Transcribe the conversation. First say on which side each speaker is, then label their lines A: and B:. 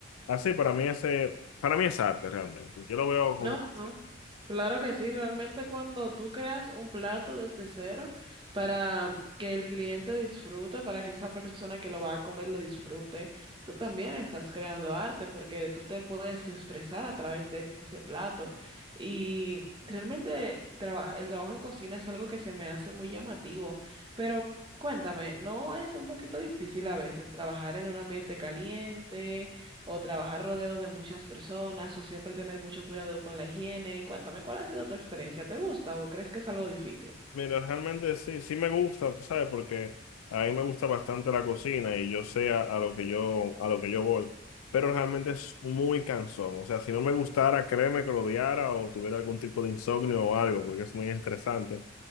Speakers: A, on the left; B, on the right.
A: Así, para mí ese, para mí es arte realmente. Yo lo veo
B: No,
A: como...
B: no.
A: así.
B: Claro que sí, realmente cuando tú creas un plato desde cero para que el cliente disfrute, para que esa persona que lo va a comer lo disfrute, tú también estás creando arte porque tú te puedes expresar a través de ese plato. Y realmente traba- el trabajo en cocina es algo que se me hace muy llamativo, pero cuéntame, ¿no es un poquito difícil a veces trabajar en un ambiente caliente? o trabajar rodeado de muchas personas o siempre tener mucho cuidado con la higiene. Cuéntame, ¿cuál ha sido tu experiencia? ¿Te gusta o crees que es algo difícil?
A: Mira, realmente sí, sí me gusta, tú sabes, porque a mí me gusta bastante la cocina y yo sé a, a lo que yo, a lo que yo voy, pero realmente es muy cansón. O sea, si no me gustara, créeme que lo odiara o tuviera algún tipo de insomnio o algo, porque es muy estresante.